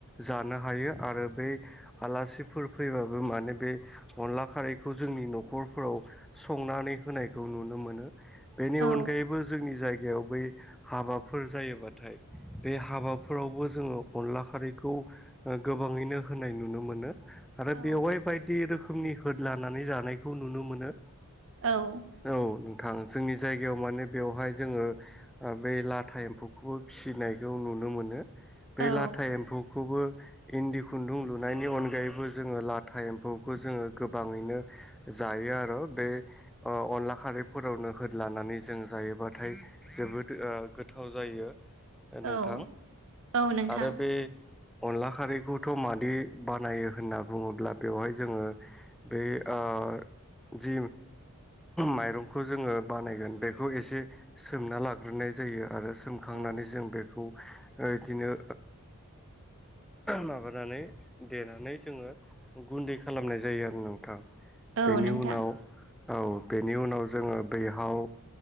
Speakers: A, in the centre; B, on the right.
A: जानो हायो आरो बै आलासिफोर फैबाबो माने बे अनला खारैखौ जोंनि न'खरफोराव संनानै होनायखौ नुनो मोनो। बेनि
B: औ
A: अनगायैबो जोंनि जायगायाव बै हाबाफोर जायोबाथाय बे हाबाफोरावबो जोङो अनला खारैखौ ओ गोबाङैनो होनाय नुनो मोनो। आरो
B: औ
A: बेवहाय बायदि रोखोमनि होदलानानै जानायखौ नुनो मोनो।
B: औ
A: औ नोंथां जोंनि जायगायाव माने बेवहाय जोङो ओ बेै लाथा एम्फौखौबो फिसिनायखौ नुनो मोनो बे
B: औ
A: लाथा एम्फौ खौबो इन्दि खुन्दुं लुनायनि अनगायैबो जोङो लाथा एम्फौखौ जोङो गोबाङैनो जायो आरो बे अनला खारैफोरावनो होद लानानै जों जायोबाथाय जोबोद गोथाव जायो नोंथां
B: औ औ नोंथां
A: आरो बे अनला खारैखौथ' मादि बानायो होनना बुङोब्ला बेवहाय जोङो बे ओ जि माइरंखौ जोङो बानायगोन बेखौ एसे सोमना लाग सग्रोनाय जायो आरो सोमखांनानै
B: औ
A: जों बेखौ बिदिनो माबानानै देनानै जोङो गुन्दै खालामनाय जायो आरो नोंथां।
B: औ
A: बेनि
B: नोंथां
A: उनाव औ बेनि उनाव जोङो बैहाव